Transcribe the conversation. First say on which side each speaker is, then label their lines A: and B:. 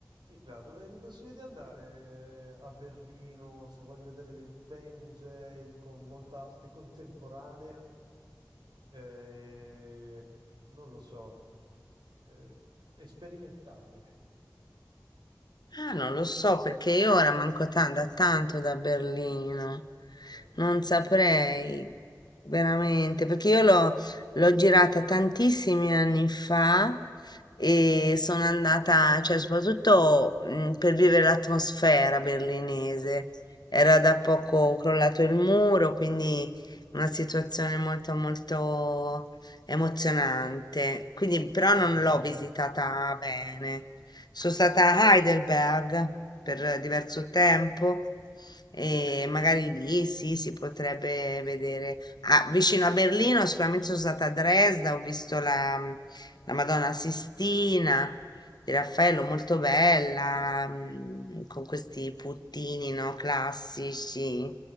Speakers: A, on the right; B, on the left.
A: Nicla, dove mi consigli di andare eh, a Berlino se voglio vedere dei bei musei con molta arte contemporanea? Eh, non lo so, eh, esperimentale.
B: Ah, non lo so perché io ora manco tan- da tanto da Berlino.
A: Ah,
B: Non saprei veramente, perché io l'ho l'ho girata tantissimi anni fa e sono andata, cioè soprattutto mm, per vivere l'atmosfera berlinese. Era da
A: mhm,
B: poco crollato il muro, quindi una situazione molto molto emozionante. Quindi però
A: Ci
B: non
A: credo.
B: l'ho visitata bene. Sono stata a Heidelberg per eh, diverso tempo e magari lì sì, si potrebbe vedere. Ah, vicino a Berlino sicuramente sono stata a Dresda, ho visto la, la Madonna Sistina di Raffaello, molto bella, mm, con questi puttini, no, classici